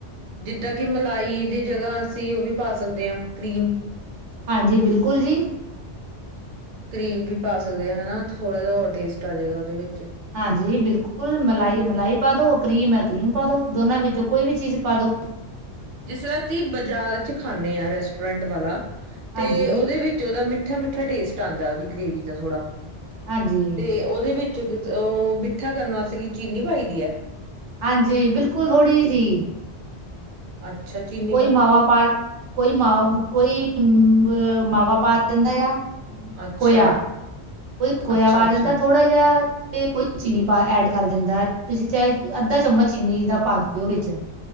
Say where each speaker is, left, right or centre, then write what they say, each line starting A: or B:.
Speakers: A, on the right; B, on the right.
A: ਜਿੱਦਾਂ ਕਿ ਮਲਾਈ ਦੀ ਜਗ੍ਹਾ ਅਸੀਂ ਓ ਵੀ ਪਾ ਸਕਦੇ ਆ ਕਰੀਮ।
B: ਹਾਂਜੀ ਬਿਲਕੁਲ ਜੀ।
A: ਕਰੀਮ ਵੀ ਪਾ ਸਕਦੇ ਆ ਹਨਾ ਥੋੜ੍ਹਾ ਜਾ ਹੋਰ ਟੇਸਟ ਆ ਜਾਏਗਾ ਓਦੇ ਵਿੱਚ।
B: ਹਾਂਜੀ ਬਿਲਕੁਲ ਮਲਾਈ, ਮਲਾਈ ਪਾ ਦੋ ਕਰੀਮ ਐ ਕਰੀਮ ਪਾ ਦੋ ਦੋਨਾਂ ਵਿੱਚੋਂ ਕੋਈ ਵੀ ਚੀਜ਼ ਪਾ ਦੋ।
A: ਜਿਸ ਤਰ੍ਹਾਂ ਅਸੀਂ ਬਾਜ਼ਾਰ ਚ ਖਾਂਨੇ ਆ। ਰੈਸਟੋਰੈਂਟ ਵਾਲਾ ਤੇ
B: ਹਾਂਜੀ
A: ਓਦੇ ਵਿੱ ਓਦਾ ਮਿੱਠਾ-ਮਿੱਠਾ ਟੇਸਟ ਆਦਾ ਓਦੀ ਗ੍ਰੇਵੀ ਦਾ ਥੋੜਾ
B: ਹਾਂਜੀ
A: ਤੇ ਓਦੇ ਵਿੱਚ ਓ ਮਿੱਠਾ ਕਰਨ ਵਾਸਤੇ ਕੀ ਚੀਨੀ ਪਾਈ ਦੀ ਆ?
B: ਹਾਂਜੀ ਬਿਲਕੁਲ ਥੋੜ੍ਹੀ ਜੀ।
A: ਅੱਛਾ ਚੀਨ
B: ਕੋਈ ਮਾਵਾ ਪਾ ਕੋਈ ਮਾ ਕੋਈ ਮਾਵਾ ਪਾ ਦਿੰਦਾ ਏਆ।
A: ਅੱਛਾ,
B: ਖੋਏਆ ਕੋਈ ਖੋਏਆ
A: ਅੱਛਾ-ਅੱਛਾ,
B: ਪਾ ਦਿੰਦਾ ਥੋੜਾ ਜੇਆ। ਤੇ ਕੋਈ ਚੀਨੀ ਪਾ ਐਡ ਕਰ ਦਿੰਦਾ ਤੁਸੀਂ ਚਾਏ ਅੱਧਾ ਚਮਚ ਚੀਨੀ ਦਾ ਪਾ ਦਿਓ ਵਿੱਚ।